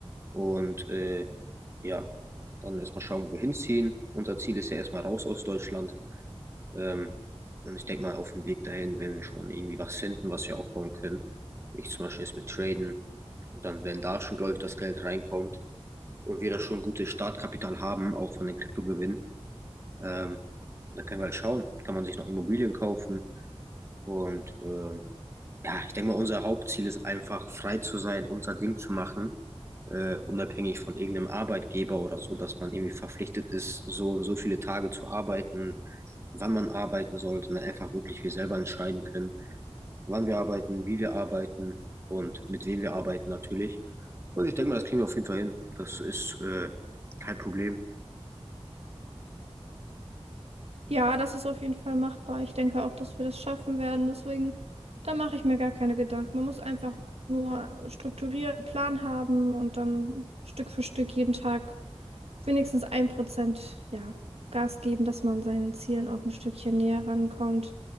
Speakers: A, on the right; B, on the right.
A: Und äh, ja. dann erstmal schauen, wohin ziehen. Unser Ziel ist ja erstmal raus aus Deutschland. Ähm, und ich denke mal, auf dem Weg dahin werden wir schon irgendwie was finden, was wir aufbauen können. Ich zum Beispiel jetzt mit Traden. Und dann, wenn da schon, glaube ich, das Geld reinkommt und wir da schon gutes Startkapital haben, auch von den Kryptogewinnen, ähm, dann können wir halt schauen. Kann man sich noch Immobilien kaufen? Und ähm, ja, ich denke mal, unser Hauptziel ist einfach, frei zu sein, unser Ding zu machen äh, unabhängig von irgendeinem Arbeitgeber oder so, dass man irgendwie verpflichtet ist, so und so viele Tage zu arbeiten, wann man arbeiten soll, sondern einfach wirklich wir selber entscheiden können, wann wir arbeiten, wie wir arbeiten und mit wem wir arbeiten natürlich. Und ich denke mal, das kriegen wir auf jeden Fall hin. Das ist äh, kein Problem.
B: Ja, das ist auf jeden Fall machbar. Ich denke auch, dass wir das schaffen werden. Deswegen, da mache ich mir gar keine Gedanken. Man muss einfach nur strukturieren, einen Plan haben und dann Stück für Stück jeden Tag wenigstens ein Prozent, ja, Gas geben, dass man seinen Zielen auch ein Stückchen näher rankommt.